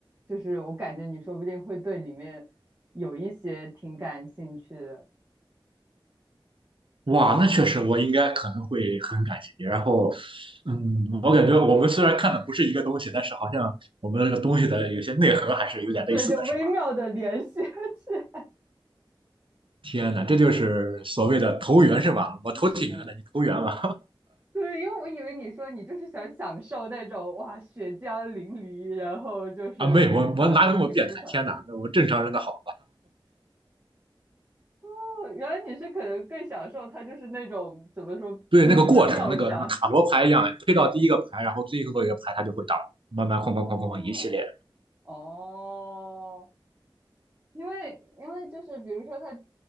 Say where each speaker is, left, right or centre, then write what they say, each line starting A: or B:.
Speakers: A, on the right; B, on the right.
A: 就是我感觉你说不定会对里面有一些挺感兴趣的，
B: 哇，那确实，我应该可能会很感兴趣。然后，嗯，我感觉我们虽然看的不是一个东西，但是好像我们这个东西的有些内核还是有点类似的，
A: 对，就微妙的联系起来。
B: 是吧？天哪，这就是所谓的投缘，是吧？我投挺缘的，
A: <laughs> 是，
B: 你投缘吧？
A: 对，因为我以为你说你就是想享受那种哇血浆淋漓，然后就是
B: <laughs> 啊，没有，我我哪有那么变态？
A: <laughs> 洒在屏幕上的感觉。
B: 天哪，那我正常人的好。
A: 哦，原来你是可能更享受它就是那种怎么说奇思妙想
B: 对那个过程，那个什么塔罗牌一样，推到第一个牌，然后最后一个牌它就会倒，慢慢哐哐哐哐哐一系列。
A: 哦。哦，因为因为就是比如说他